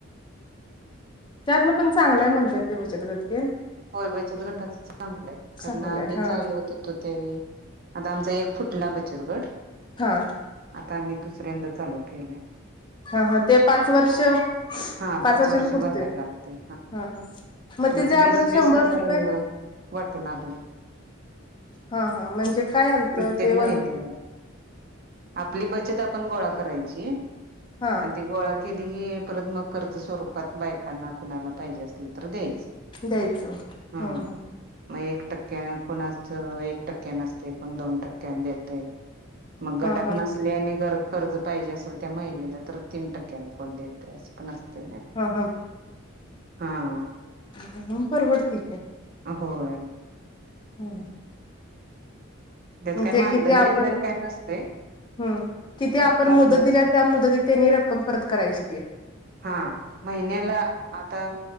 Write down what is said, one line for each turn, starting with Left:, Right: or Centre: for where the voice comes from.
Left: त्यातन पण चांगलाय म्हणतात ते बचत गटतील.
Right: होय बचत गटाच चांगलंय कारण
Left: चांगलंय
Right: आम्ही
Left: हा
Right: चालवत होतो तेवे. आता आमचा एक फुटला बचत गट.
Left: हा
Right: आता आम्ही दुसऱ्यांदा चालू केल्या.
Left: हा हा ते पाच वर्ष पाच
Right: हा पाच
Left: वर्षांन
Right: वर्ष
Left: पुटत
Right: भरायला लागतय
Left: हा हा. मग
Right: आमचं
Left: तिथे
Right: वीस
Left: आपण
Right: वीस
Left: शंभर
Right: हजार
Left: रुपये.
Right: <inaudible>
Left: हा हा म्हणजे काय आलतं
Right: प्रत्येक
Left: ते वरण
Right: महिलेला आपली बचत आपण गोळा करायची
Left: हा
Right: आणि गोळा केली की परत मग कर्ज स्वरूपात बायकांना कुणाला पाहिजे असल द्यायचं
Left: द्यायचं
Right: हम्म
Left: ह ह
Right: मग एक टक्क्यान कोणाच एक टक्क्या न असते कोण दोन टक्क्यान देते मग गटात
Left: हा हा
Right: नसल्या आणिर कर्ज पाहिजे असेल त्या महिलेला तर तीन टक्क्यांन कोण देत सकन असत ना
Left: हा
Right: हा
Left: अ हे परवडतीच्या
Right: होय
Left: हम्
Right: त्यात काही
Left: ते
Right: मानधन
Left: किती आपण
Right: बिनधन काय नसते
Left: हम् किती
Right: फक्त
Left: आपण
Right: आपलं
Left: मुदत दिल्या त्या मुदतीत त्यांनी रक्कम परत करायची ते
Right: हा महिन्याला आता